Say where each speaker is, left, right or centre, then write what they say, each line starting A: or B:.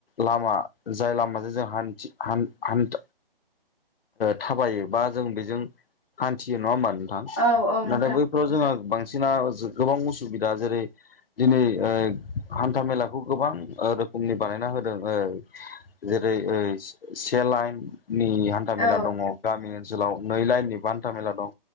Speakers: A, on the left; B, on the left.
A: लामा जाय लामाजों जों हान्थि हान्थ हान्थ थाबायो बा जों बेजों हान्थियो नङा होमबा नों थां
B: औ औ नोंथां
A: नाथाय बैफोराव जोंहा बां सिना गोबां उसुबिदा जेरै दिनै ओ हान्था मेलाखौ गोबां रोखोमनि बानायना होदों ओ जेरै ओस से लाइननि हान्थाामेला
B: औ
A: दङ गामि ओनसोलाव नै लाइननि बा हान्था मेला दं।